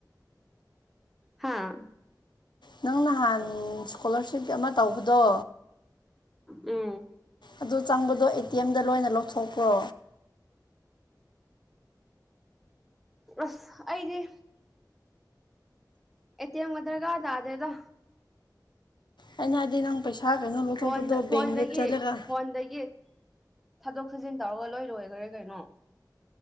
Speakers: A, in the centre; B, on the left (about 85°).
A: ꯍꯥꯥ
B: ꯅꯪ ꯅꯍꯥꯟ ꯏꯁꯀꯣꯂꯥꯔꯁꯤꯞ ꯑꯃ ꯇꯧꯕꯗꯣ
A: ꯎꯝ
B: ꯑꯗꯨ ꯆꯪꯕꯗꯣ ꯑꯦ ꯇꯤ ꯑꯦꯝꯗ ꯂꯣꯏꯅ ꯂꯧꯊꯣꯛꯄ꯭ꯔꯣ
A: ꯑꯁ ꯑꯩꯗꯤ ꯑꯦ ꯇꯤ ꯑꯦꯝꯒ ꯗ꯭ꯔꯒꯥꯔ ꯇꯥꯗꯦꯗ
B: ꯑꯩꯅ ꯍꯥꯢꯗꯤ ꯅꯪ ꯄꯩꯁꯥ ꯀꯩꯅꯣ ꯂꯧꯊꯣꯛꯄꯗꯣ
A: ꯐꯣꯟꯗ ꯐꯣꯟꯗꯒꯤ
B: ꯕꯦꯡꯗ ꯆꯠꯂꯒ
A: ꯐꯣꯟꯗꯒꯤ ꯊꯥꯗꯣꯛ ꯊꯥꯖꯤꯟ ꯇꯧꯔꯒ ꯂꯣꯏ ꯂꯣꯢꯑ꯭ꯔꯦ ꯀꯩꯅꯣ